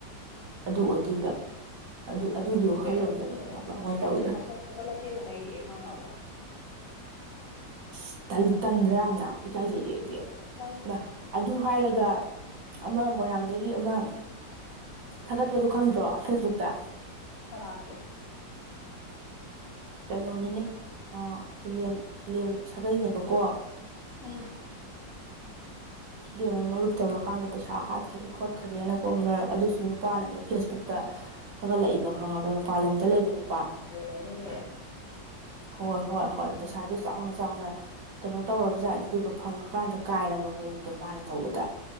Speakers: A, on the right; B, on the left.
A: ꯑꯗꯨ ꯑꯣꯏꯗꯣꯏꯕ ꯑꯗꯨ ꯑꯗꯨꯒꯤ
B: <unintelligible>
A: ꯋꯥꯈꯜꯂꯣꯟꯗꯅꯦ ꯈꯪꯉꯕ꯭ꯔꯥ ꯃꯣꯏꯅ ꯇꯧꯔꯤꯗꯣ
B: ꯈꯪ ꯑꯕꯥ
A: ꯏꯁ ꯇꯟ ꯇꯟꯗ꯭ꯔꯥ ꯌꯥꯝꯅ ꯏꯀꯥꯏꯖꯩꯌꯦ ꯑꯩꯗꯤ
B: ꯄꯥꯏꯗꯦ
A: ꯃꯥ ꯑꯗꯨ ꯍꯥꯏꯔꯒ ꯑꯃ ꯃꯣꯏꯔꯥꯡꯗꯒꯤ ꯑꯃ ꯊꯥꯒꯠꯄꯗꯣ ꯈꯪꯗ꯭ꯔꯣ ꯐꯦꯁꯕꯨꯛꯇ
B: ꯀꯅꯥꯒꯤ
A: ꯀꯩꯅꯣꯅꯤꯅꯦ ꯐꯤꯂꯦꯟ ꯐꯤꯂꯦꯟ ꯁꯥꯒꯩꯅꯦꯕꯀꯣ
B: ꯎꯝ
A: ꯕꯦꯝꯃ ꯃꯔꯨꯞ ꯇꯧꯔꯀꯥꯟꯗ ꯄꯩꯁꯥ ꯍꯥꯠꯈꯔꯦ ꯈꯣꯠꯈꯔꯦꯅꯀꯣꯝꯕ ꯑꯗꯨꯁꯨ ꯅꯨꯄꯥꯅꯅꯦ ꯐꯦꯁꯕꯨꯛꯇ ꯊꯥꯒꯠꯂꯛꯢꯕ ꯈꯪꯉꯕꯔꯥ ꯃꯥ ꯃꯄꯥꯟꯂꯣꯝꯗ ꯂꯩꯕ ꯅꯨꯄꯥ
B: ꯖꯣꯔꯥꯅꯤꯒꯤ
A: ꯍꯣꯏ ꯍꯣꯏ ꯍꯣꯏ ꯄꯩꯁꯥꯗꯨ ꯆꯥꯎꯅ ꯆꯥꯎꯅ ꯀꯩꯅꯣ ꯇꯧꯔꯕ ꯖꯥꯠꯅꯦ ꯑꯗꯨꯒ ꯐꯪꯉꯀꯥꯟꯗ ꯀꯥꯏꯔꯕ ꯃꯔꯨꯞꯇꯣ ꯃꯥꯅ ꯇꯧꯕꯗ